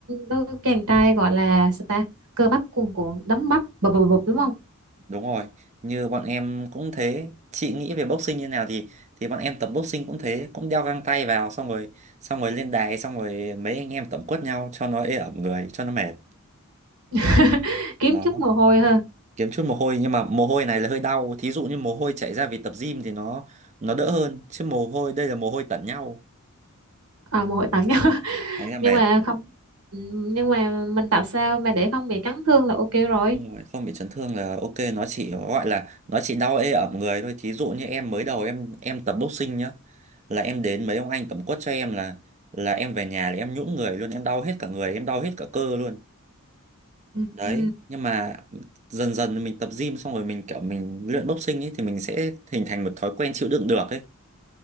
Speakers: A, on the right; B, on the right.
A: đôi chàng trai gọi là sao ta cơ bắp cuồn cuộn đấm bắp bập bập bập
B: ừ.
A: đúng không
B: đúng rồi như bọn em cũng thế chị nghĩ về boxing như nào thì thì bọn em tập boxing cũng thế cũng đeo găng tay vào xong rồi xong rồi lên đài xong rồi mấy anh em tẩm quất nhau cho nó ê ẩm người cho nó mệt
A: <laughs> kiếm
B: đó
A: chút mồ hôi thôi
B: kiếm chút mồ hôi nhưng mà mồ hôi này là hơi đau thí dụ như mồ hôi chảy ra vì tập gym thì nó nó đỡ hơn chứ mồ hôi đây là mồ hôi tẩn nhau
A: à, mồ hôi tặng nhau <laughs>
B: đánh là mệt
A: nhưng mà không ừ, nhưng mà mình tạo sao mà để không bị cắn thương là ok rồi
B: Đúng rồi, không bị chấn thương là ok nó chỉ gọi là nó chỉ đau ê ẩm người thôi thí dụ như em mới đầu em em tập boxing nhá là em đến mấy ông anh tẩm quất cho em là là em về nhà là em nhũn người luôn em đau hết cả người em đau hết cả cơ luôn
A: ừ.
B: đấy
A: ừ.
B: nhưng mà dần dần mình tập gym xong rồi mình kiểu mình luyện boxing ấy thì mình sẽ hình thành một thói quen chịu đựng được ấy